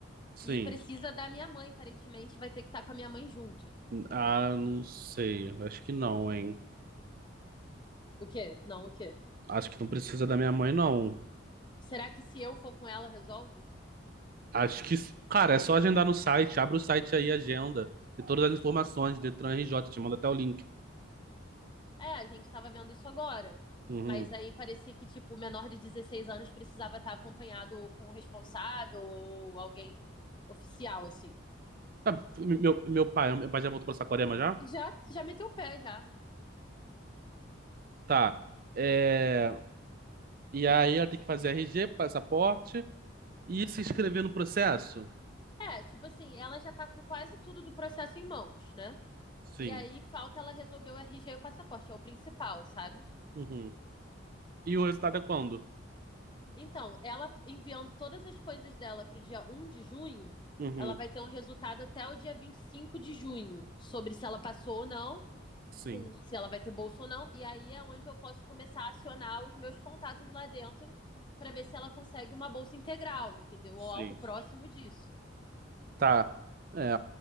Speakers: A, on the right (about 45°); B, on the left (about 25°).
A: sim.
B: e precisa da minha mãe, aparentemente vai ter que estar com a minha mãe junto.
A: Ah, não sei, acho que não, hein?
B: O quê? Não, o quê?
A: Acho que não precisa da minha mãe, não.
B: Será que se eu for com ela resolve?
A: Acho que, cara, é só agendar no site. Abre o site aí, agenda. Tem todas as informações, Detran RJ, te manda até o link.
B: É, a gente tava vendo isso agora.
A: Uhum.
B: Mas aí parecia que, tipo, o menor de 16 anos precisava estar acompanhado com o responsável ou alguém oficial, assim.
A: Tá, meu, meu pai, meu pai já voltou pra Saquarema já?
B: Já, já meteu o pé, já.
A: Tá. É, e aí ela tem que fazer RG, passaporte e
B: Uhum.
A: se inscrever no processo?
B: É, tipo assim, ela já tá com quase tudo do processo em mãos, né?
A: Sim.
B: E aí falta ela resolver o RG e o passaporte, é o principal, sabe?
A: Uhum. E o resultado é quando?
B: Então, ela enviando todas as coisas dela pro dia um de junho,
A: Uhum.
B: ela vai ter um resultado até o dia 25 de junho sobre se ela passou ou não
A: Sim.
B: com se ela vai ter bolsa ou não. E aí é onde eu posso começar a acionar os meus contatos lá dentro para ver se ela consegue uma bolsa integral, entendeu?
A: Sim.
B: Ou algo próximo disso.
A: Tá. É.